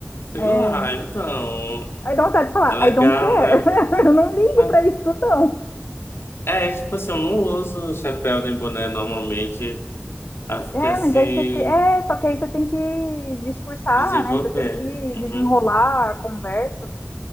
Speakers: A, on the left (about 75°); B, on the left (about 55°).
A: Sei
B: é...
A: lá, então.
B: aí dá vontade de falar,
A: É legal,
B: I don't care,
A: né?
B: <laughs> eu não ligo
A: É,
B: pra isso, não.
A: é, tipo assim, eu não uso chapéu nem boné normalmente. Aí fica
B: É,
A: assim,
B: mas aí você te... é, só que aí você tem que discursar,
A: desenvolver.
B: né? Você tem que
A: Uhum.
B: desenrolar a conversa